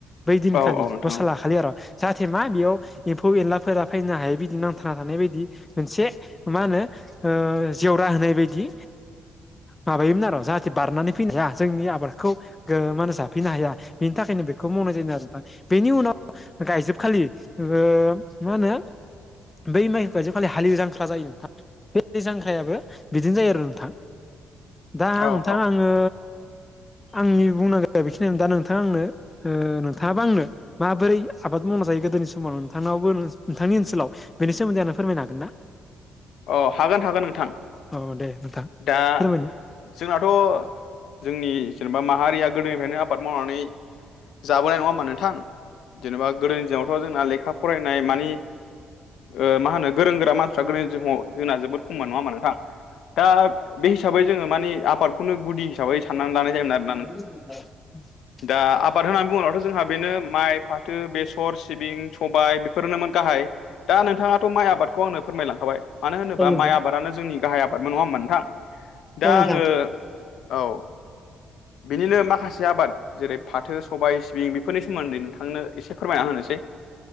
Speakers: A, on the left; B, on the left.
A: बैदिन
B: औ
A: खाालि
B: औ नोंथां
A: गसा लाखाालि आरो। जाहाथे मा बेयाव एम्फौ एनलाफोरा फैनो हायै बिदि नांथाबना थानाय बायदि मोनसे मा होनो जेवरा होनाय बायदि माबायोमोन आरो जाहाथे बारनानै फैनो जोंनि आबादखौ मान होनो जाफैनो हाया बेनि थाखायनो बेखौ मावनाय जायो आरो दा। बेनि उनाव गायजोबखालि मा होनो बै माइफ जो खालि हाललि जांख्रा जायो नोंथां। बे दै दै जांख्रायाबो बिदिनो जायो आरो नोंथां। दा
B: औ औ
A: नोंथां
B: औ
A: आंङो आंनि बुंनांगिर बेखिनियानो दा नोंथ नोंथाङा आंनो नोंथांङाबा आंनो माबोरै आबाद मावना जायो गोदोनि समाव नोंथांनावो नोंथांनि ओनसोलाव बेनिोमोन्दै आंना फोरमायनो हागोना।
B: अ हागोन हागोन नोंथां
A: औ दे नोंथां
B: दा
A: फोरमायनो
B: जोंनाथ' जोंनि जेनेबा माहारिया गोदोनिफ्रायनो आबाद मावनानै जाबोनाय नङा होमा नोंथां। जेनेबा गोदोनि दिनावथ' जोंना लेखा फरायनाय मानि ओ मा होनो गोरों गोरा मानसिफ्रा गोदोनि‌ जोंना जोबोर खम नङा होमबा नोंथां दा बे हिसाबै जोङो मानि आबादखौ बे खौनो गुदि हिसाबै साननानै लानाय जायोमोन आरो।
A: <inaudible>
B: दा आबाद होननानै बुंङोब्लाथ' जोंहा बेनो माइ, फाथो, बेसर, सिबिं, सबाय बेफोरनोमोन गाहाय। दा नोंथाङाथ' माइ आबादखौ आंनो फोरमायलांखाबाय मानो होनोबा
A: औ नोंथां
B: माइ आबादानो जोंनि गाहाय आबाद। नंङा नोंथां दा
A: औ नोंथां
B: आंङो औ। बिनिनो माखासे आबाद। जेरै फाथो सबाय सिबिं बेफोरनि सोमोन्दै नोंथांनो एसे फोरमायना होनोसै।